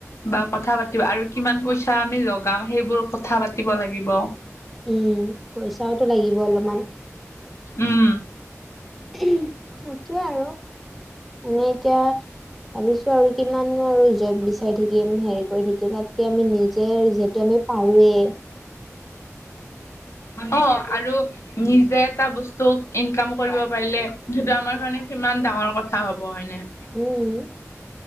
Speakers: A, on the left (about 65°); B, in the centre.
A: বা কথা পাতিব আৰু কিমান পইচা আমি লগাম সেইবোৰ কথা পাতিব লাগিব।
B: উম, পইচাওটো লাগিব অলপমান।
A: উম।
B: সেইটোয়ে আৰু, মানে এতিয়া- ভাবিছো আৰু কিমান আৰু জব বিচাৰি থাকিম হেৰি কৰি থাকিম তাতকে- আমি নিজে যিহেতু আমি পাৰোৱেই।
A: অ আৰু- নিজে এটা বস্তু ইনকাম কৰিব পাৰিলে সেইটো আমাৰ কাৰণে সমান ডাঙৰ কথা হব হয়নে।
B: উম,